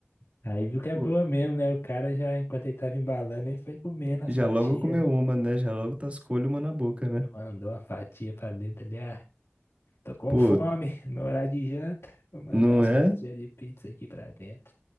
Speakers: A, on the left; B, on the right.
A: aí viu que é
B: Pô,
A: boa mesmo, né? O cara já, enquanto ele tava embalando, ele foi comendo as
B: já
A: fatias,
B: logo comeu
A: né?
B: uma, né? Já logo tascou-lhe uma na boca, né?
A: Já Mandou a fatia pra dentro ali, ah, tô com
B: Pô,
A: fome, meu horário de janta, vou mandar
B: não
A: as
B: é?
A: fatias de pizza aqui pra dentro.